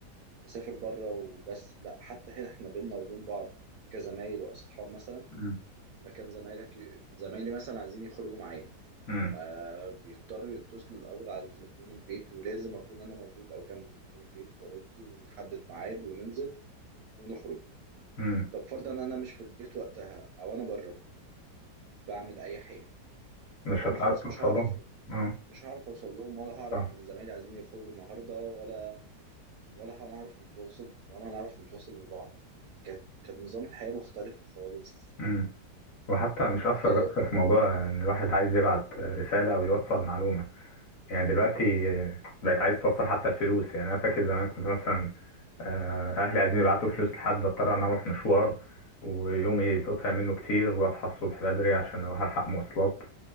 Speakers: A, on the right (about 70°); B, on the left (about 60°).
A: مسافر بره وبس لا حتى هنا احنا بينا وبين بعض كزمايل واصحاب مثلا
B: مم.
A: مكان زمايلك زمايلي مثلا عايزين يخرجوا معايا
B: مم.
A: فبيضطروا يتصلوا الاول على تليفون البيت ولازم اكون انا موجود او جنب تليفون البيت وارد ونحدد ميعاد وننزل ونخرج
B: مم.
A: طب فرضا انا مش في البيت وقتها او انا بره بعمل اي حاجة
B: مش
A: فانا
B: هتعرف
A: خلاص
B: توصلهم
A: مش هعرف
B: اه
A: مش هعرف اوصل لهم ولا هعرف
B: صح.
A: ان زمايلي عايزين يخرجوا النهارده ولا ولا هنعرف نتواصل ولا هنعرف نتواصل ببعض كانت كانت نظام الحياه مختلف خالص
B: مم. وحتى مش أثر
A: إيه
B: بس في موضوع إن الواحد عايز يبعت رسالة أو يوصل معلومة يعني دلوقتي بقت عايز توصل حتى الفلوس يعني أنا فاكر زمان كنت مثلا آه، أهلي عايزين يبعتوا فلوس لحد أضطر أنا أروح مشوار ويومي يتقطع منه كتير وأصحى الصبح بدري عشان أروح ألحق مواصلات